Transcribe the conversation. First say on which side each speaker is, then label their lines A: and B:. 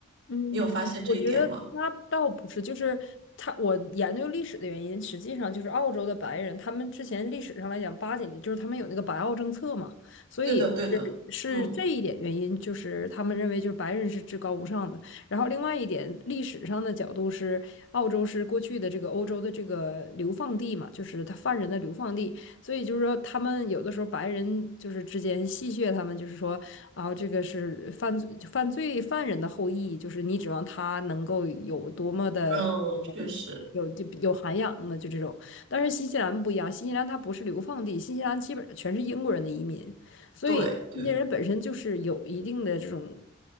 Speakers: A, on the left; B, on the right.
A: 嗯，
B: 你有发现这一点吗？
A: 我觉得他倒不是，就是他，我研究历史的原因，实际上就是澳洲的白人，他们之前历史上来讲，八几年就是他们有那个白澳政策嘛，所以
B: 对的，对的。
A: 是是这一点原因，
B: 嗯
A: 就是他们认为就是白人是至高无上的。然后另外一点，历史上的角度是，澳洲是过去的这个欧洲的这个流放地嘛，就是他犯人的流放地，所以就是说，他们有的时候白人就是之间戏谑他们，就是说啊，这个是犯罪犯罪犯人的后裔，就是你指望他能够有多么的
B: 嗯，确实，
A: 有就有涵养呢？就这种。但是新西兰不一样，新西兰它不是流放地，新西兰基本上全是英国人的移民，所以那些人本身就是有一定的这种，
B: 对对